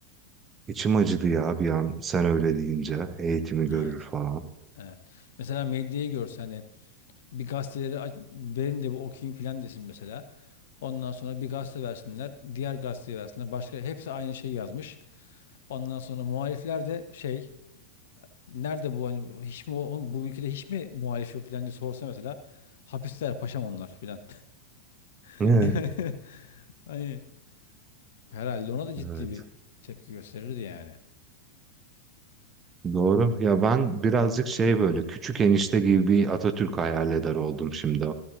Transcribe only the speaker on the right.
İçim acıdı ya bir an sen öyle deyince eğitimi görür
falan.
Ne?
Evet.
Doğru. Ya ben birazcık şey böyle küçük enişte gibi bir Atatürk hayal eder oldum şimdi.